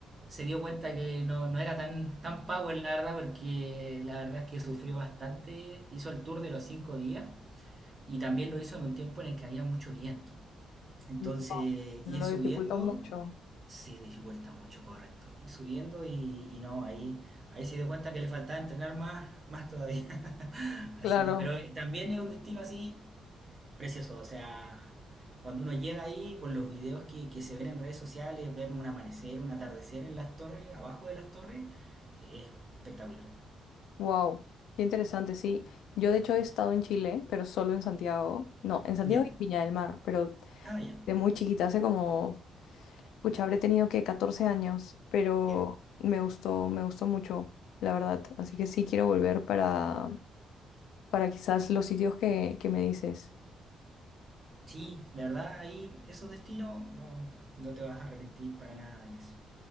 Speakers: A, on the right (about 25°); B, on the left (about 80°).
A: se dio cuenta que no, no era tan, tan power, la verdad, porque la verdad es que sufrió bastante. Hizo el tour de los cinco días y también lo hizo en un tiempo en el que había mucho viento. Entonces,
B: Wow,
A: ir
B: Lo
A: subiendo
B: dificulta mucho.
A: se dificulta mucho, correcto. Ir subiendo y, y no, ahí, ahí se dio cuenta que le faltaba entrenar más, más todavía. <laughs>
B: Claro.
A: Así que, pero eh, también es un destino así precioso. O sea, cuando uno llega ahí, por los videos que, que se ven en redes sociales, ver un amanecer, un atardecer en las torres, abajo de las torres, es espectacular.
B: Wow. Qué interesante, sí. Yo de hecho he estado en Chile, pero solo en Santiago. No, en Santiago
A: Ya.
B: y Viña del Mar, pero
A: Ah, ya.
B: de muy chiquita, hace como, pucha, habré tenido que 14 años, pero
A: Ya.
B: me gustó, me gustó mucho, la verdad. Así que sí quiero volver para, para quizás los sitios que, que me dices.
A: Sí, de verdad, ahí esos destinos no, no te vas a arrepentir para nada, Inés.